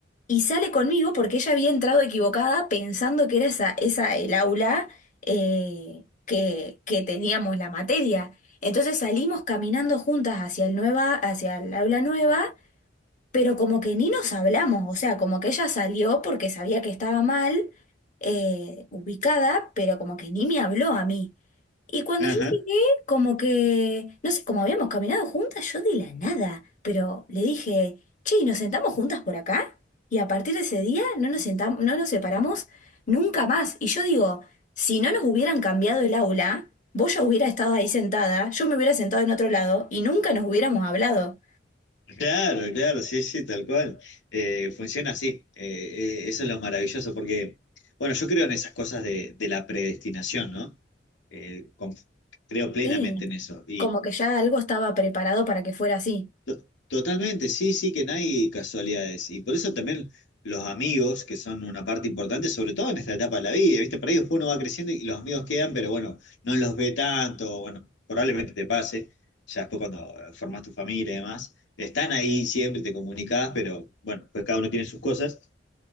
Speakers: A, on the left; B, on the left.
A: y sale conmigo porque ella había entrado equivocada pensando que era esa, esa el aula eh, que, que teníamos la materia. Entonces salimos caminando juntas hacia el nueva, hacia el aula nueva, pero como que ni nos hablamos, o sea, como que ella salió porque sabía que estaba mal eh, ubicada, pero como que ni me habló a mí. Y cuando
B: ajá.
A: yo llegué, como que, no sé, como habíamos caminado juntas, yo de la nada, pero le dije, che, ¿y nos sentamos juntas por acá? Y a partir de ese día no nos sentam- no nos separamos nunca más. Y yo digo, si no nos hubieran cambiado el aula, vos ya hubiera estado ahí sentada, yo me hubiera sentado en otro lado y nunca nos hubiéramos hablado.
B: Claro, claro, sí, sí, tal cual. Eh, funciona así. Eh, eh, eso es lo maravilloso, porque, bueno, yo creo en esas cosas de, de la predestinación, ¿no? Eh, conf- creo plenamente
A: Sí,
B: en eso.
A: como que ya algo estaba preparado para que fuera así.
B: To- Totalmente, sí, sí, que no hay casualidades. Y por eso también los amigos, que son una parte importante, sobre todo en esta etapa de la vida, ¿viste? Por ahí después uno va creciendo y los amigos quedan, pero bueno, no los ve tanto, bueno, probablemente te pase, ya después cuando eh, formas tu familia y demás, están ahí siempre, te comunicás, pero bueno, pues cada uno tiene sus cosas.